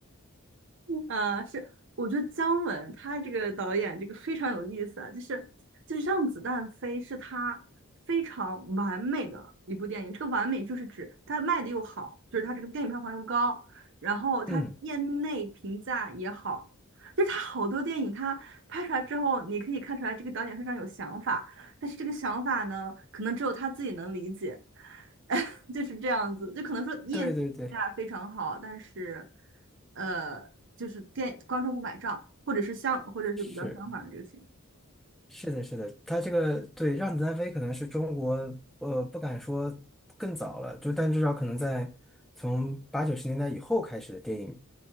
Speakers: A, on the right (about 55°); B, in the centre.
A: 啊，是，我觉得姜文他这个导演这个非常有意思啊，就是就是《让子弹飞》是他非常完美的一部电影，这个完美就是指他卖的又好，就是他这个电影票房又高，然后他业内评价也好，
B: 嗯，
A: 就是他好多电影他拍出来之后，你可以看出来这个导演非常有想法，但是这个想法呢，可能只有他自己能理解。<laughs> 就是这样子，就可能说业内评价非常好，
B: 对对对，
A: 但是，呃，就是店观众不买账，或者是相，或者是比较相反的这个情
B: 是。是的，是的，他这个对“让子弹飞”可能是中国，呃，不敢说更早了，就但至少可能在从八九十年代以后开始的电影，